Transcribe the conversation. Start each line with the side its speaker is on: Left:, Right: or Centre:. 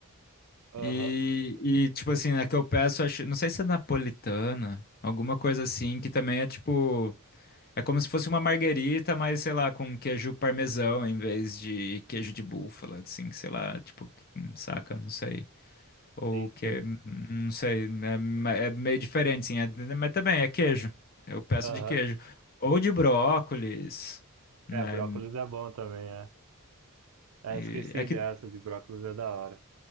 Right: Aham,
Left: e, e tipo assim, na que eu peço, acho, não sei se é napolitana, alguma coisa assim, que também é tipo, é como se fosse uma marguerita, mas sei lá, com queijo parmesão em vez de queijo de búfala, assim, sei lá, tipo, saca, não sei. Ou
Right: sim,
Left: que,
Right: sim.
Left: é, não sei, é, ma- é meio diferente, sim. É- mas também é queijo. Eu peço
Right: Aham.
Left: de queijo. Ou de brócolis, né?
Right: É, brócolis é bom também, é. Ah,
Left: E
Right: esqueci
Left: é que,
Right: dessa de brócolis é da hora.